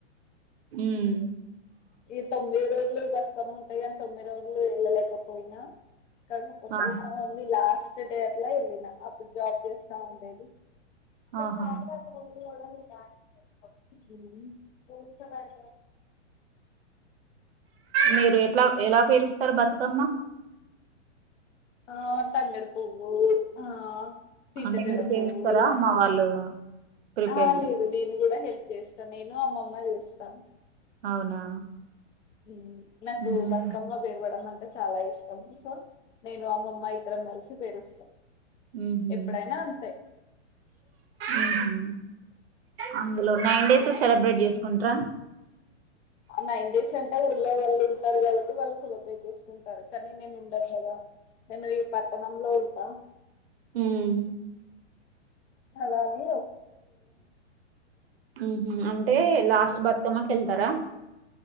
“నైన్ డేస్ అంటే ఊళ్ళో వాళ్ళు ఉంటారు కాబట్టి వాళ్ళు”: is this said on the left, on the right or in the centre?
Left